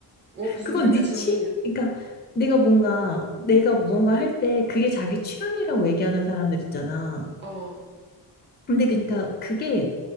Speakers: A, on the right; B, on the left.
A: 뭐, 무슨
B: 그건
A: 말이야?
B: 네
A: 줄무늬.
B: 취, 그러니까 내가 뭔가 내가 무언가 할 때 그게 자기 취향이라고 얘기하는 사람들 있잖아.
A: 어,
B: 근데 그러니까 그게